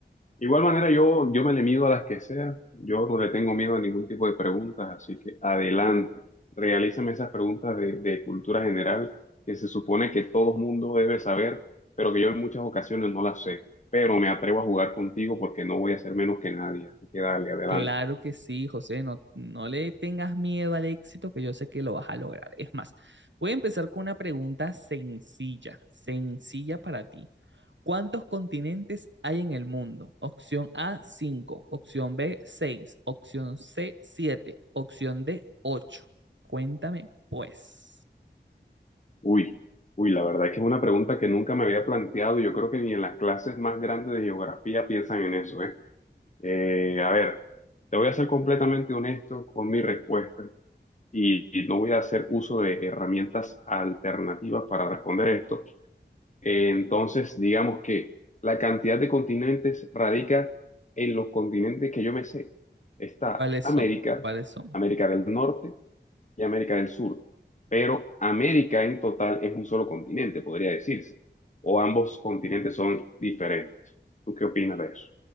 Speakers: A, on the left; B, on the right.
A: igual manera yo, yo me le mido a las que sea, yo no le tengo miedo a ningún tipo de preguntas, así que adelante, realízame esas preguntas de, de cultura general que se supone que todo mundo debe saber, pero que yo en muchas ocasiones no las sé, pero me atrevo a jugar contigo porque no voy a ser menos que nadie, así que dale, adelante.
B: Claro que sí, José, no, no le tengas miedo al éxito, que yo sé que lo vas a lograr. Es más, voy a empezar con una pregunta sencilla, sencilla para ti. ¿Cuántos continentes hay en el mundo? Opción A, 5. opción B, 6. opción C, 7. opción D, ocho. Cuéntame, pues,
A: Uy, uy, la verdad es que es una pregunta que nunca me había planteado. y Yo creo que ni en las clases más grandes de geografía piensan en eso, ¿eh? Eh, a ver, te voy a ser completamente honesto con mi respuesta y, y no voy a hacer uso de herramientas alternativas para responder esto. Eh, entonces, digamos que la cantidad de continentes radica en los continentes que yo me sé. Está
B: ¿cuáles
A: América,
B: son? ¿Cuáles son?
A: América del Norte y América del Sur. Pero América en total es un solo continente, podría decirse. O ambos continentes son diferentes. ¿Tú qué opinas de eso?